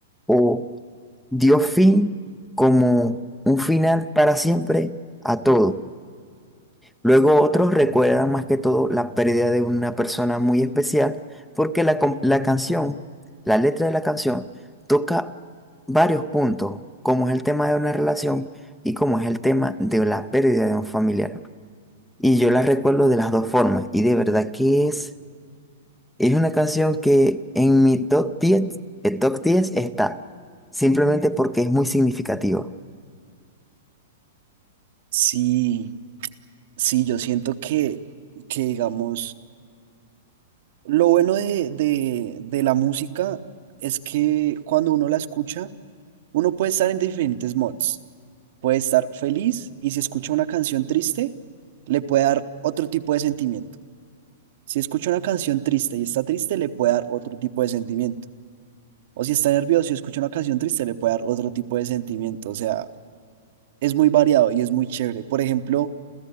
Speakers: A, in the centre; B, on the right.
A: o dio fin como un final para siempre a todo. Luego otros recuerdan más que todo la pérdida de una persona muy especial porque la, com- la canción, la letra de la canción, toca varios puntos, como es el tema de una relación y como es el tema de la pérdida de un familiar. Y yo la recuerdo de las dos formas y de verdad que es, es una canción que en mi top 10 el top diez está, simplemente porque es muy significativa.
B: Sí, sí, yo siento que, que digamos, lo bueno de, de, de la música es que cuando uno la escucha, uno puede estar en diferentes mods. Puede estar feliz y si escucha una canción triste, le puede dar otro tipo de sentimiento. Si escucha una canción triste y está triste, le puede dar otro tipo de sentimiento. o si está nervioso y escucha una canción triste, le puede dar otro tipo de sentimiento. O sea, es muy variado y es muy chévere. Por ejemplo,